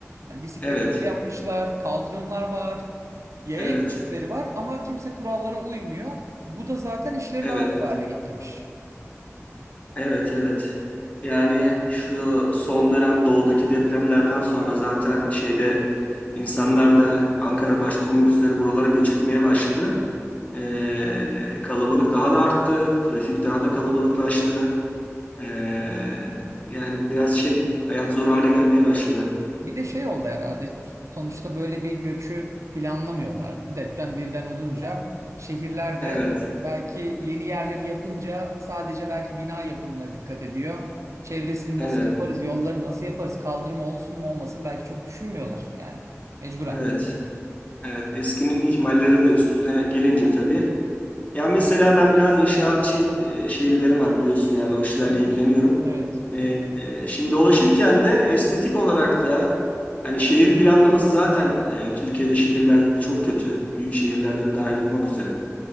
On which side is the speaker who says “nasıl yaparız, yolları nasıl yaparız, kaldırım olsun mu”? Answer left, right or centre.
Right